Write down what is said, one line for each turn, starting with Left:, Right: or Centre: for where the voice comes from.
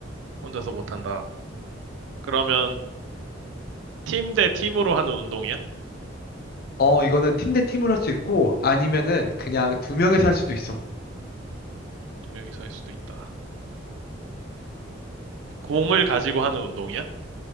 Right: 혼자서 못한다. 그러면, 팀 대 팀으로 하는 운동이야?
Left: 어, 이거는 팀 대 팀으로 할 수 있고, 아니면은 그냥 두 명에서 할 수도 있어.
Right: 두 명이서 할 수도 있다. 공을 가지고 하는 운동이야?